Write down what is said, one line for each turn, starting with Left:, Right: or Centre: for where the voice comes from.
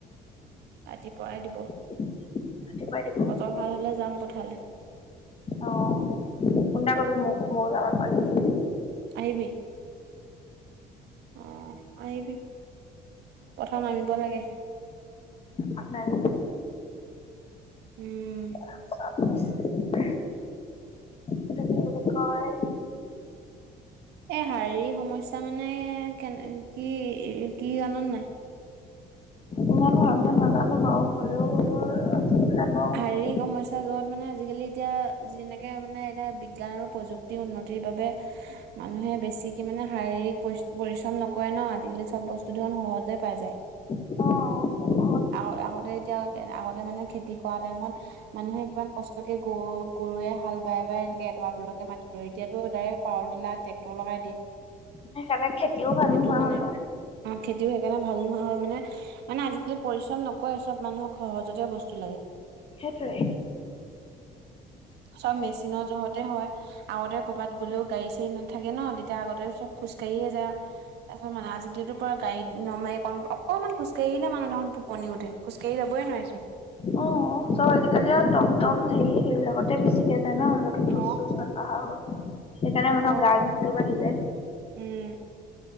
Right: ৰাতিপুৱাই দিব
Left: ৰাতিপুৱাই দিব।
Right: বতৰ ভাল হলে যাম পথাৰলে।
Left: অ ফোন এটা কৰিবি মোক মো যাব পাৰিম দে
Right: আহিবি। অ আহিবি পথা নামিব লাগে।
Left: আঠনাইন।
Right: উম।
Left: <unintelligible> এইটো কি বুলি কয়।
Right: এই শাৰীৰিক সমস্যা মানে কেনে কি কি জান নাই।
Left: ইমানো ভালকৈ নাজানোঁ বাৰু হ'লেও ধৰ জানো। আৰু
Right: শাৰীৰিক সমস্যা যত মানে আজিকালি এতিয়া। যেনেকে মানে এতিয়া বিজ্ঞান আৰু প্ৰযুক্তিৰ উন্নতিৰ বাবে। মানুহে বেছিকে মানে শাৰীৰিক পৰি পৰিশ্ৰম নকৰে ন আজিকালি চব বস্ত ধন সহজে পাই যায়।
Left: অ অ।
Right: আগ- আগতে এতিয়া আগতে মানে খেতি কৰা টাইমত। মানুহে কিমান কষ্টকে গৰু -গৰুৱে হাল বায় বায় এনেকে এডৰা এডৰা মাতি ৰুৱে এতিয়াতো ডাইৰেক। পাৱাৰ টিলাৰ ট্ৰেক্টৰ লগাই দিয়ে।
Left: সেইকাৰণে খেতিও ভাল
Right: সেইটো
Left: নোহোৱা
Right: মানে
Left: হ'ল নহয়।
Right: অ খেতিও সেইকাৰণে ভাল নোহোৱা হ'ল মানে মানে আজি। পৰিশ্ৰম নকৰে চব মানুহক সহজতে বস্তু লাগে।
Left: সেইটোৱে।
Right: চব মেচিনৰ জহতে হয়। আগতে কবাত গ'লেও গাড়ী চাড়ী নাথাকে ন তেতিয়া আগতে চব খোজকাঢ়িয়ে যায়। আছে মানে আজিকালিতো পোৰা গাড়ীত নমাই অক অকনমান খোজ কাঢ়িলে মানুহ দেখোন। কণী উঠে খোজকাঢ়ি যাব‌ই নোৱাৰেচোন।
Left: অ চব আজিকালি আৰু টম টম হেৰি সেইবিলাকতে বেছিকে যায় ন লোকে খুজ
Right: অ
Left: জুছ। আহা হ'ল সেইকাৰণে
Right: আকৌ
Left: মানুহক গা বিষটোও বাঢ়িলে।
Right: উম।